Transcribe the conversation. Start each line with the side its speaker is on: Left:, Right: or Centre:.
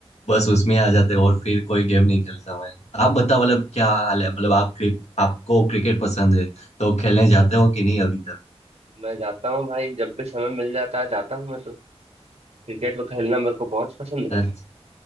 Left: बस उसमें आ जाते हैं और फिर कोई गेम नहीं खेलता मैं आप बताओ मतलब क्या हाल है मतलब आप क्रिक आपको क्रिकेट पसंद है तो खेलने जाते हो कि नहीं अभी
Right: मैं जाता हूँ भाई जब भी समय मिल जाता है जाता हूँ मैं तो क्रिकेट में खेलना मेरे को बहुत पसंद है
Left: अच्छा